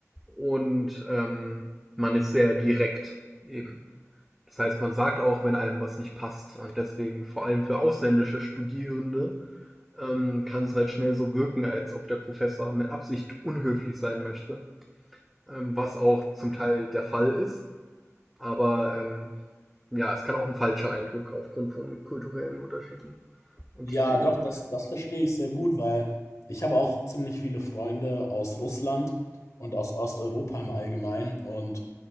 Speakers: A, in the centre; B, on the left (about 70°).
A: Und ähm, man ist sehr direkt eben. Das heißt, man sagt auch, wenn einem was nicht passt. Und deswegen, vor allem für ausländische Studierende, ähm, kann es halt schnell so wirken, als ob der Professor mit Absicht unhöflich sein möchte, ähm, was auch zum Teil der Fall ist. Aber ähm, ja, es kann auch ein falscher Eindruck aufgrund von kulturellen Unterschieden entstehen.
B: Ja, doch, das, das verstehe ich sehr gut, weil ich habe auch ziemlich viele Freunde aus Russland und aus Osteuropa im Allgemeinen. Und